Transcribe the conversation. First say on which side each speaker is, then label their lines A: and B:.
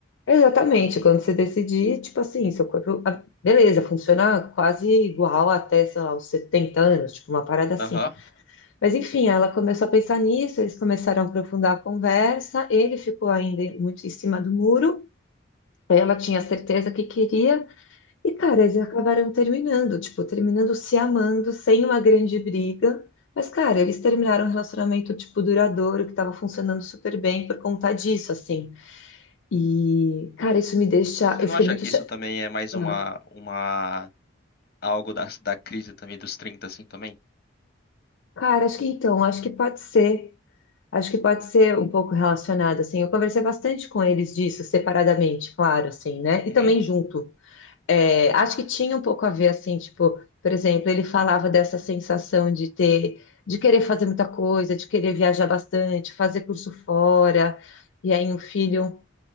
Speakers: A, on the left; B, on the left.
A: exatamente, quando você decidir, tipo assim, seu corpo, ah, beleza, funciona quase igual até, sei lá, os 70 anos, tipo, uma parada assim.
B: Aham.
A: Mas enfim, ela começou a pensar nisso, eles começaram a aprofundar a conversa, ele ficou ainda muito em cima do muro, ela tinha certeza que queria, e cara, eles acabaram terminando, tipo, terminando se amando, sem uma grande briga. Mas, cara, eles terminaram um relacionamento, tipo, duradouro, que estava funcionando super bem por conta disso, assim. E, cara, isso me deixa.
B: Você
A: Eu
B: não
A: fiquei
B: acha
A: muito.
B: que
A: cha-
B: isso também é mais
A: Ah.
B: uma, uma algo da, da crise também dos 30 assim, também?
A: Cara, acho que então, acho que pode ser. Acho que pode ser um pouco relacionado, assim. Eu conversei bastante com eles disso, separadamente, claro, assim, né? E
B: Uhum.
A: também junto. É, acho que tinha um pouco a ver, assim, tipo, por exemplo, ele falava dessa sensação de ter, de querer fazer muita coisa, de querer viajar bastante, fazer curso fora, e aí um filho.